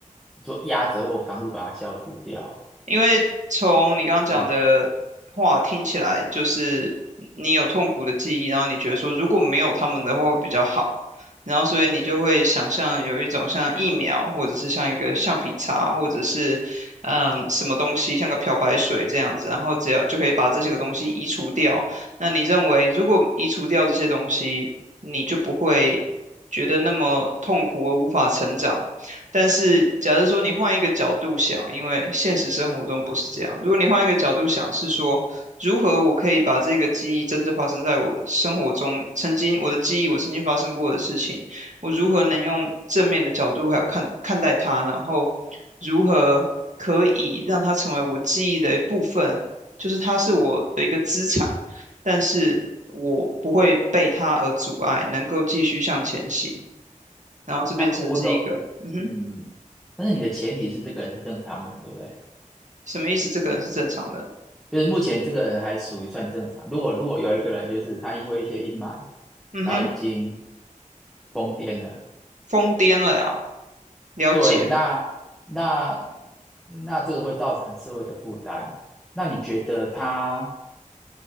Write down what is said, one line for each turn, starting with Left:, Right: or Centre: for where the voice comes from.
Centre: 做压折或尝试把它消除掉。
Right: 因为从你刚刚讲的话听起来，
Centre: 嗯，
Right: 就是你有痛苦的记忆，然后你觉得说如果没有他们的话会比较好，然后所以你就会想象有一种像疫苗，或者是像一个橡皮擦，或者是嗯什么东西，像个漂白水这样子，然后只要就可以把这些个东西移除掉。那你认为如果移除掉这些东西，你就不会觉得那么痛苦而无法成长？但是，假如说你换一个角度想，因为现实生活中不是这样。如果你换一个角度想，是说如何我可以把这个记忆真正发生在我生活中，曾经我的记忆，我曾经发生过的事情，我如何能用正面的角度还有看看待它，然后如何可以让它成为我记忆的一部分，就是它是我的一个资产，但是我不会被它而阻碍，能够继续向前行，然后这变成是一个，
Centre: 但我我个
Right: 嗯哼。
Centre: 嗯，但是你的前提是这个人是正常人，对不对？
Right: 什么意思？这个人是正常人？
Centre: 就是目前这个人还属于算正常。如果如果有一个人，就是他因为一些阴霾，
Right: 嗯哼，
Centre: 然后已经疯癫了，
Right: 疯癫了呀！了解。
Centre: 对，那那那这个会造成社会的负担。那你觉得他？